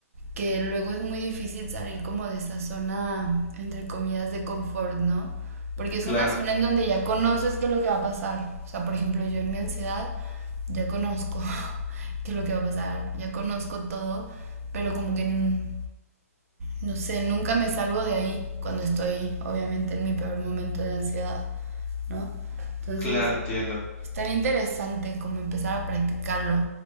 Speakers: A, on the right; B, on the left.
A: que luego es muy difícil salir como de esa zona, entre comillas, de confort, ¿no? Porque es
B: Claro,
A: una zona en donde ya conoces qué es lo que va a pasar. O sea, por ejemplo, yo en mi ansiedad ya conozco <laughs> qué es lo que va a pasar, ya conozco todo, pero como que, n- no sé, nunca me salgo de ahí cuando estoy, obviamente, en mi peor momento de ansiedad, ¿no? Entonces,
B: claro, entiendo.
A: Estaría interesante como empezar a practicarlo,